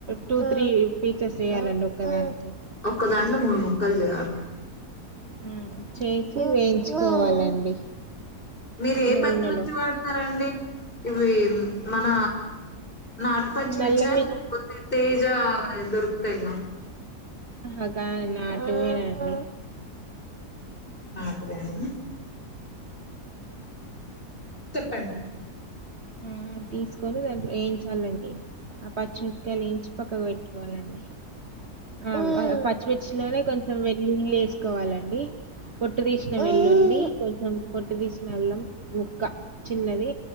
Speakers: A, on the right; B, on the left.
A: టూ త్రీ పీసెస్ చెయ్యాలండి ఒకదాని
B: ఒక్క దాంట్లో మూడు ముక్కలు చేయాల
A: ఆ చేసి వేయించుకోవాలండి
B: మీరు ఏ
A: నూనెలో
B: పచ్చిమిచ్చి వాడతారండి ఈ మన నాటుపచ్చిమిర్చ
A: నల్ల మిర్
B: లేకపోతే తేజ దొరుకుతాయిగ
A: అగా నాటువేనండి
B: నాటువేనా చెప్పండి
A: ఆ తీసుకొని దాంట్లో వేయించాలండి ఆ పచ్చిమిక్కయలు వేయించి పక్కకు పెట్టుకోవాలండి ఆ అ పచ్చిమిర్చి లోనే కొంచం కొంచెం వెల్లులేసుకోవాలండి పొట్టు తీసిన
B: మ్మ్.
A: వెల్లుల్లి కొంచెం పొట్టు తీసిన అల్లం ముక్క చిన్నది